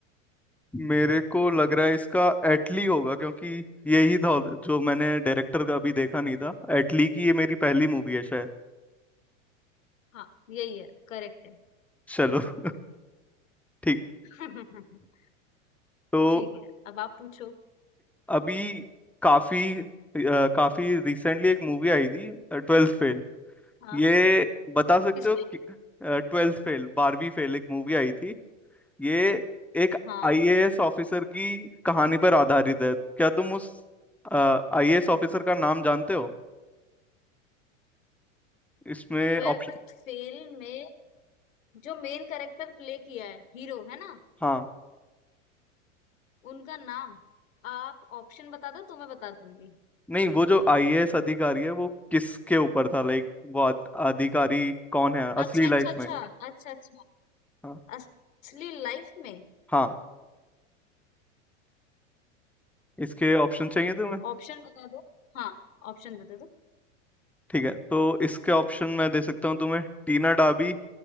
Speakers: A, in the centre; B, on the left.
A: मेरे को लग रहा है इसका एटली होगा क्योंकि यही था जो मैंने डायरेक्टर का अभी देखा नहीं था एटली की ये मेरी पहली मूवी है शायद
B: हाँ यही है करेक्ट है
A: चलो <laughs> ठीक
B: <laughs>
A: तो
B: ठीक है अब आप पूछो
A: अभी काफी अ, काफी रिसेंटली एक मूवी आई थी ट्वेल्थ फेल
B: हाँ
A: ये बता सकते
B: किसमें
A: हो ट्वेल्थ फेल बारहवीं फेल एक मूवी आई थी ये एक
B: हाँ
A: आईएएस ऑफिसर की कहानी पर आधारित है क्या तुम उस आईएएस ऑफिसर का नाम जानते हो इसमें
B: ट्वेल्थ
A: ऑप्शन
B: फेल में जो मेन कैरेक्टर प्ले किया है हीरो है ना
A: हाँ
B: उनका नाम आप ऑप्शन बता दो तो मैं बता दूंगी
A: नहीं वो जो आईएएस अधिकारी है वो किसके ऊपर था लाइक वो आ- अधिकारी कौन है असली
B: अच्छा
A: लाइफ
B: अच्छा अच्छा
A: में
B: अच्छा अच्छा
A: हाँ
B: असली लाइफ में
A: हाँ इसके ऑप्शन चाहिए तुम्हें
B: ऑप्शन बता दो हाँ ऑप्शन बता दो
A: ठीक है तो इसके ऑप्शन मैं दे सकता हूँ तुम्हें टीना डाबी